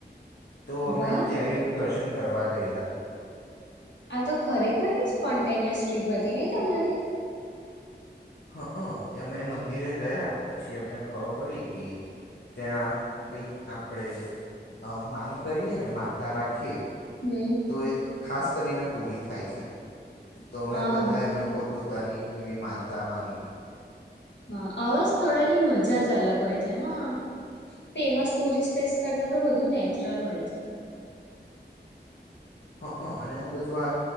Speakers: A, on the left (about 70°); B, on the left (about 85°).
A: તો અમે
B: વાહ
A: ત્યાંય દર્શન કરવા ગઈલા
B: આ તો ખરેખર સ્પોન્ટેનિયસ ટ્રીપ હતી નહીં તમારી
A: હા એમે મંદિરે ગયા પછી અમને ખબર પડી કે ત્યાં કંઈક આપણે માંગ કરીએ ને માનતા રાખીએ
B: હમ
A: તો એ ખાસ કરીને પૂરી થાય છે તો અમે
B: હા
A: બધા એમને પોત પોત પોતાની એવી માનતા માંગી
B: હા આવા સ્થળોની મજા જ અલગ હોય છે હા આમ ફેમસ ટુરિસ્ટ પ્લેસ કરતા તો વધુ નેચરલ હોય છે
A: હ હ અને આ બધું આ